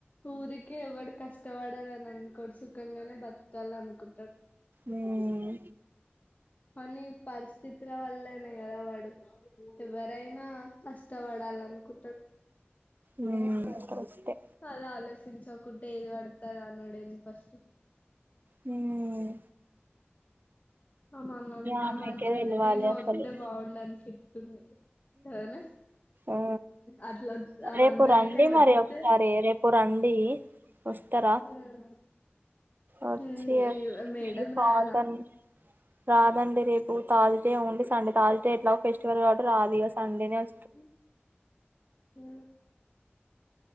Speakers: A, on the left; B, on the right.
A: ఊకె ఎవడు కష్టపడాల అని అనుకోడు, సుఖంగానే బతకాలనుకుంటాడు.
B: మ్మ్
A: కొన్ని పర్స్ పిత్ర వల్లనె కద వాడు ఎవరైనా కష్టపడల్లనుకుంటరు.
B: ఉమ్, కరెక్టే
A: అల ఆలోస్ తించా కుంటే ఏది పడితే అది అనుడేంది ఫస్ట్
B: మ్మ్
A: మమ్మల్ని అన్
B: అమ్మాయికే
A: అవన్నందుకైనా
B: తెలవాలి అసలు
A: వత్తె బాగుండనిపిత్తుంది. రాన?
B: ఆ
A: అట్ల ఒత్ అవన్నందుకైనా
B: రేపు రండి మరి
A: ఒత్తే!
B: ఒకసారి రేపు రండి వస్తారా
A: మ్మ్
B: వచ్చి
A: మ్మ్ ఏ మేడమ్
B: మీ ఫాదర్
A: రాదా?
B: ని రాదండి రేపు. తార్స్డే ఉండి, సండే తార్స్డే ఎట్లా ఫెస్టివల్ కాబట్ రాదిగ. సండేనె వొచ్
A: హు హూ